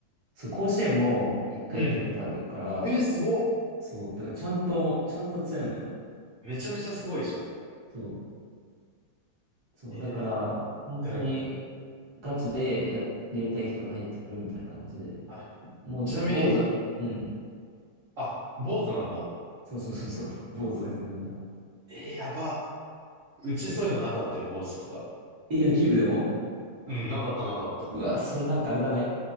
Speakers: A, on the right; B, on the right.
A: そう、甲子園も一回行ったことあるから、
B: うん。え、すごっ。
A: そう、だからちゃんと、ちゃんと強いのよ。
B: めちゃめちゃすごいじゃん。
A: そう、そう、
B: え
A: だから、本当に
B: えうん。
A: ガチでや、やりたい人が入ってくるみたいな感じで、
B: あ、
A: もう坊主は、
B: ちなみに、
A: うん、
B: あ、坊主なんだ。
A: そうそうそうそう、坊主だからみんな。
B: えー、やば。うちそういうのなかったよ、
A: そう。
B: 坊主とか。
A: え、野球部でも
B: うん、なかったなかった。
A: うわ、そのなんかあれだね。